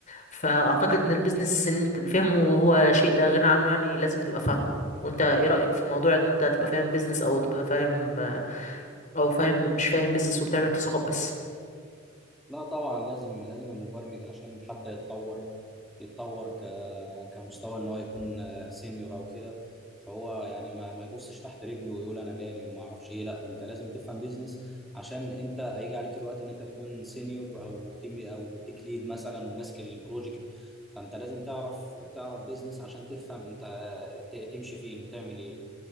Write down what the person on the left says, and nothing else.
فاعتقد ان البيزنس ان انت فهمه هو شيء لا غنى عنه يعني لازم تبقى فاهم وانت ايه رأيك في موضوع ان انت تبقى فاهم بيزنس او تبقى فاهم او فاهم مش فاهم بيزنس وبتعمل تسويقات بس